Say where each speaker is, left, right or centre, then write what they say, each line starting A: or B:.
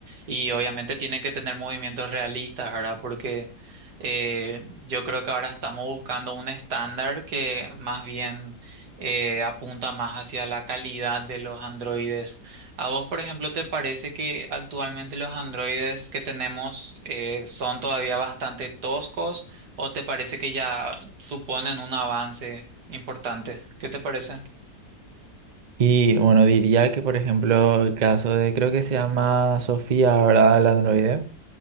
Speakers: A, on the right; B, on the right.
A: Y obviamente tienen que tener movimientos realistas, ¿verdad? Porque eh, yo creo que ahora estamos buscando un estándar que más bien eh, apunta más hacia la calidad de los androides ¿A vos, por ejemplo, te parece que actualmente los androides que tenemos eh, son todavía bastante toscos o te parece que ya suponen un avance importante? ¿Qué te parece?
B: Y bueno, diría que por ejemplo el caso de, creo que se llama Sofía, ¿verdad? La androide.